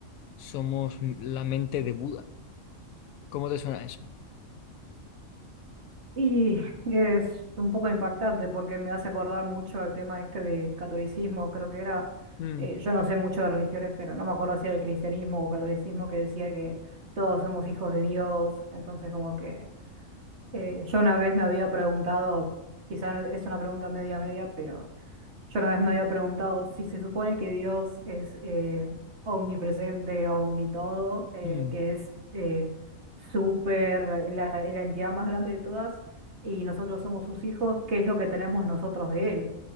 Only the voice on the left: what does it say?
somos la mente de Buda. ¿Cómo te suena eso?
Mm,
mm,